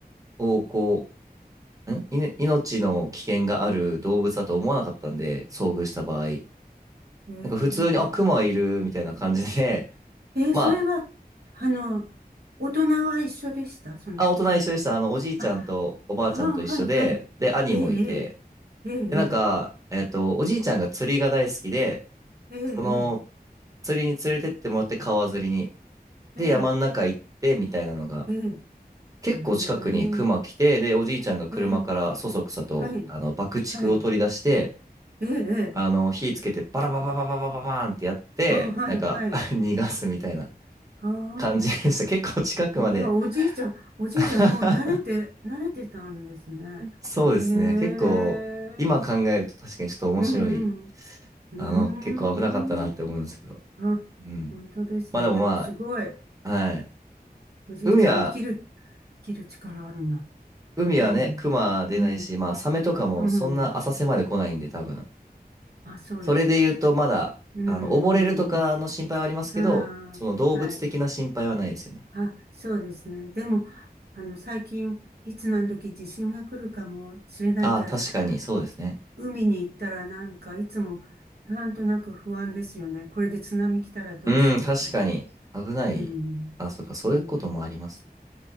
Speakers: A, on the right; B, on the right.
A: をこう、んいね命の危険がある動物だと思わなかったんで、遭遇した場合。
B: ええ、
A: なんか普通に、あ、クマいるみたいな感じで、<laughs>
B: ええ、
A: ま
B: それは、あの、大人は一緒でしたその時。
A: あ、あ、大人一緒でした。あの、おじいちゃんとおばあちゃんと一緒で、
B: あ、ああ、はい、はい。
A: で、兄もいて、
B: ええ、ええ、ええ、
A: で、なんか、えっと、おじいちゃんが釣りが大好きで、
B: ええ、ええ、
A: その、釣りに連れてってもらって川釣りに。で、
B: ええ、
A: 山の中行ってみたいなのが、
B: ええ、
A: 結構近くに熊来て、
B: ええ、
A: で、おじいちゃんが車からそそくさと、
B: ええはい、
A: あの、爆竹を取り出して、
B: はい、ええ、ええ
A: あの、火つけてバラバラバラバラバラバーンってやって、
B: あ、はい、
A: なんか
B: はい。
A: <laughs> 逃がすみたいな
B: ああ
A: 感じでした。結構近くまで
B: うわ、おじいちゃん、おじいちゃんもう慣れて、
A: <laughs>
B: 慣れてたんですね。
A: そうですね。
B: へえ、うん
A: 結構、今考えると確かにちょっと面白い。
B: うん。うーん。
A: あの、結構危なかったなって思うんですけど。
B: あ、
A: うん。
B: 本当ですね。
A: まあでもま
B: でもすごい、
A: あ、はい。
B: おじいちゃん生きる、
A: 海は
B: 生きる力あるな。
A: 海はね、
B: うん、
A: クマ出ないし、
B: うん、
A: まあ、サメとかもそんな浅瀬まで来ないんで、
B: うん。
A: 多分。
B: あ、そうですね。
A: それで言うと、まだ、
B: うん。
A: あの、溺れるとかの心配はありますけど、
B: あ
A: その動物的な心配はないですよね。
B: あ、はい。あ、そうですね。でも、あの、最近、いつ何時地震が来るかもしれないから、
A: ああー、確かに、そうですね。
B: 海に行ったらなんかいつもなんとなく不安ですよね。これで津波来たらどうしようとかね。
A: うん、確かに、危ない。
B: うん。
A: あ、そうか、そういうこともありますね。
B: うん。